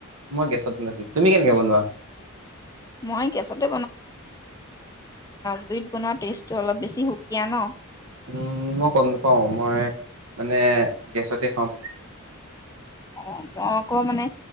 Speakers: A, on the right; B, on the left.
A: মই গেছত বনাইছিলো তুমি কেনেকে বনোৱা
B: মই গেছতে জুইট বনোৱা টেষ্টটো অলপ বেছি সুকীয়া ন
A: উম মই গম নাপাওঁ মই মানে গেছতে খাম
B: অ মই অক মানে